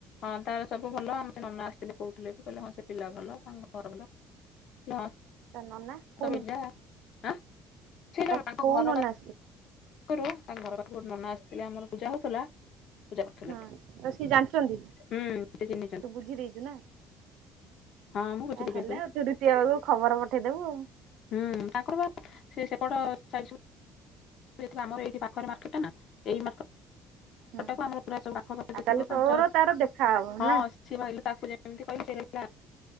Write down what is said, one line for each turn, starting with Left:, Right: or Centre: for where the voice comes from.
Left: ହଁ ତାର ସବୁ ଭଲ ଆମ ସେ ନନା ଆସିଥିଲେ କହୁଥିଲେ ବି କହିଲେ ହଁ ସେ ପିଲା ଭଲ ତାଙ୍କ ଘର ଭଲ। ହଁ
Right: ତା ନନା
Left: <inaudible>
Right: କୋଉ
Left: ଆଁ?
Right: ନନା
Left: ସେଟା
Right: ତା
Left: ୟାଙ୍କ
Right: କୋଉ
Left: ଘର
Right: ନନା
Left: <inaudible>
Right: ଆସିଛି
Left: ଖରୁ ତାଙ୍କ ଘର ପାଖରୁ ଗୋଟେ ନନା ଆସିଥିଲେ ଆମର ପୂଜା ହଉଥିଲା ପୂଜା କରୁଥିଲେ
Right: ହଁ ତ ସିଏ ଜାଣିଛନ୍ତି। ତୁ
Left: ହୁଁ ସେ ଚିହ୍ନିଛନ୍ତି
Right: ବୁଝି ଦେଇେଇଛୁ ନା?
Left: ହଁ ମୁଁ ବୁଝିଲି
Right: ଆ ହେଲା
Left: ଝିଅ ସବୁ
Right: ଆଉ ତୁ ଦୁତୀୟା ବେଳକୁ ଖବର ପଠେଇଦବୁ ଆଉ।
Left: ହୁଁ ତାଙ୍କର ବା ସେ ସେପଟ ସାଇଡ ସବୁ <inaudible> ଆମର ଏଇ ପାଖରେ ମାର୍କେଟ ଟା ନା ଏଇେ ମାର୍କ
Right: ହୁଁ
Left: ସେଟାକୁ ଆମର ପୁରା ସବୁ ପାଖ ପାଖ
Right: ଆଉ
Left: ଯେତିକ
Right: ତାହେଲେ ତୋର
Left: ପାଞ୍ଚ
Right: ତାର ଦେଖା ହବ
Left: ହଁ
Right: ନା
Left: ସିଏ ମାଗିଲି ତାକୁ ଯେମିତି କହିଲି ସେ କହିଲା